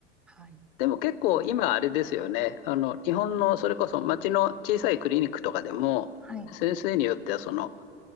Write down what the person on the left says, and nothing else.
でも結構今あれですよね。あの、日本のそれこそ町の小さいクリニックとかでも、
先生によってはその、